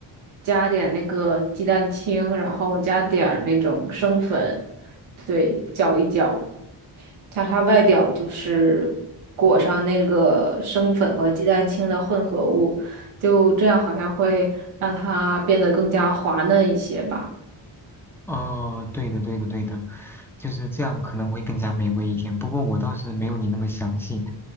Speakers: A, on the right; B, in the centre.
A: 加点那个鸡蛋清，然后加点儿那种生粉，对，搅一搅，加它外表就是裹上那个生粉和鸡蛋清的混合物，就这样好像会让它变得更加滑嫩一些吧。
B: 哦，对的，对的，对的，就是这样可能会更加美味一点。不过我倒是没有你那么详细，